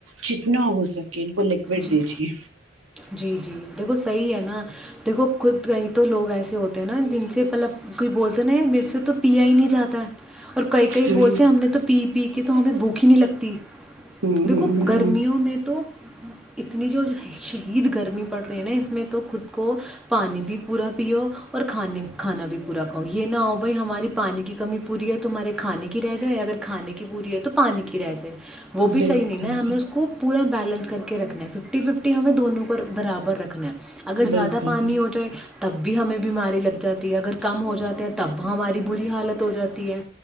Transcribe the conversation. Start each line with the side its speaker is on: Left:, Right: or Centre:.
Right: چتنا ہو سک کہ ان کو لکوڈ
Centre: جی
Right: دیجے
Centre: جی جی دیکھو صحیح ہے نا دیکھو خود کہئی تو لوگ ایسے ہوتے ہیں نا جن سے مطلب کوئی بول تو نہیں میرے سے تو پیا ہی نہیں جاتا اور کئی کئی
Right: ہ
Centre: بولتے ہیں ہم نے تو پی پی کے تو ہمیں بھوک ہی نہیں لگتی
Right: ہ
Centre: دیکھو
Right: ہ
Centre: گرمیوں
Right: ہ
Centre: میں تو اتنی جو شہید گرمی پڑ رہی ہے نا اس میں تو خود کو پانی بھی پورا پیو اور کھانے کھانا بھی پورا کھاؤ یہ نہ ہو بھائی ہماری پانی کی کمی پوری ہے ت ہمارے کھانے کی رہ جائے اگر کھانے کی پوری ہے تو پانی کی رہ جائے وہ بھی
Right: بالکل
Centre: صحیح نہیں نا
Right: بالکل
Centre: ہمیں اس کو پورا بیلنس کر کے کے رکھنا ہے ففٹی ففٹی ہمیں دونوں کو برابر رکھنا ہے اگر
Right: بالکل
Centre: زیادہ پانی
Right: بالکل
Centre: ہو جائے تو تب بھی ہمیں بیماری لگ جاتی ہے اگر کم ہو جاتے ہیں تب ہماری بری حالت ہو جاتی ہے